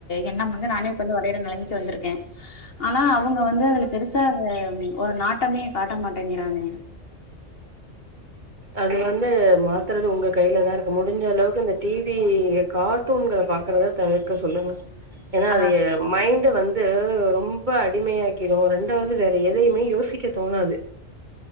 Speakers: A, on the left; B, on the right.
A: எண்ணம் வந்து நானே இப்ப வந்து வரையற நெலைமைக்கு வந்திருக்க ஆனா அவுங்க வந்து அதுல பெருசா ஒரு நாட்டமே காட்ட மாட்டேங்கிறானுக
B: அது வந்து மாத்துறது உங்க கைலதா இருக்கு முடிஞ்ச அளவுக்கு இந்த டி வி கார்ட்டூன்கள பாக்கறத தவிர்க்க சொல்லுங்க ஏன்னா
A: ஆ
B: அது எ மைண்ட் வந்து ரொம் ரொம்ப அடிமையாக்கிடும் ரெண்டாவது வேற எதையுமே யோசிக்க தோணாது